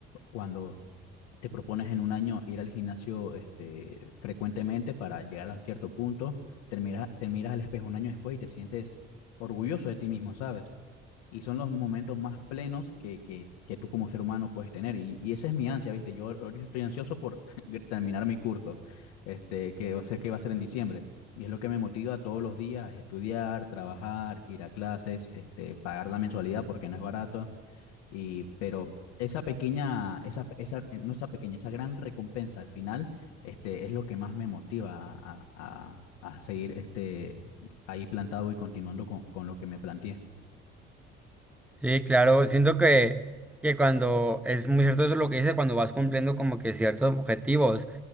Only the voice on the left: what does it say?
Cuando te propones en un año ir al gimnasio, este, frecuentemente para llegar a cierto punto, te miras, te miras al espejo un año después y te sientes orgulloso de ti mismo, ¿sabes? y son los momentos más plenos que, que, que tú como ser humano puedes tener. Y, y esa es mi ansia, ¿viste? Yo ahorita estoy ansioso por <laughs> terminar mi curso, este, que va a ser, que va a ser en diciembre. Y es lo que me motiva todos los días, es estudiar, trabajar, ir a clases, este, pagar la mensualidad porque no es barato. Y, pero esa pequeña, esa, esa, eh, no esa pequeña, esa gran recompensa al final, este, es lo que más me motiva a, a, a seguir este, ahí plantado y continuando con, con lo que me planteé.